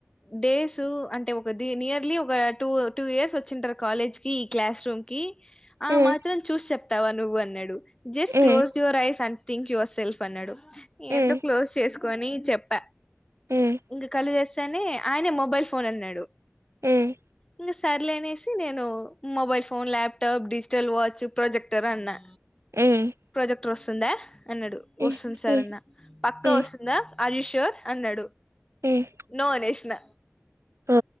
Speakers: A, on the left (about 15°); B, on the right (about 65°).
A: డేస్ అంటే ఒక నియర్లీ ఒక టూ టూ ఇయర్స్ వచ్చింటారు కాలేజ్ కి ఈ క్లాస్ రూమ్ కి ఆ
B: ఉమ్
A: మాత్రం చూసి చెప్ తవా నువ్వు అన్నాడు just
B: um
A: closes your eyes um think your self అన్నాడు ఏంటో
B: ఉమ్
A: క్లోజ్ చేసు కోని చెప్పా
B: ఉమ్
A: ఇంగ కలు దసి నే ఆయనే మొబైల్ ఫోన్ అన్నాడు
B: ఉమ్
A: ఇంకా సర్లేనేసి నేను mobile phone laptop digital watch projector అన్నా
B: ఉమ్
A: ప్రజెక్ ర్ వస్తుంద అన్నాడు
B: ఉమ్
A: వస్తుంది సార్
B: ఉమ్
A: అన్నా పక్కా
B: ఉమ్
A: వస్తుందా అరె యూ ష్యూర్ అన్నాడు
B: ఉమ్
A: నో అనేషినా
B: ఓ